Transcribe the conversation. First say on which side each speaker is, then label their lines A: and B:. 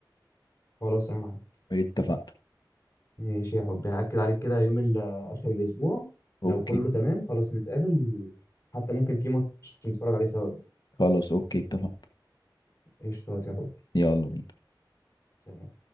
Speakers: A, on the left (about 30°); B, on the left (about 60°).
A: خلاص انا معاك
B: اتفقنا
A: ماشي يا حبي هاكد عليك كده يوم ال- اخر الاسبوع
B: اوكي
A: لو كله تمام خلاص نتقابل حتى ممكن في ماتش نتفرج عليه سوا بقى.
B: خلاص اوكي اتفقنا
A: قشطات يا حبي
B: يلا بينا
A: سلام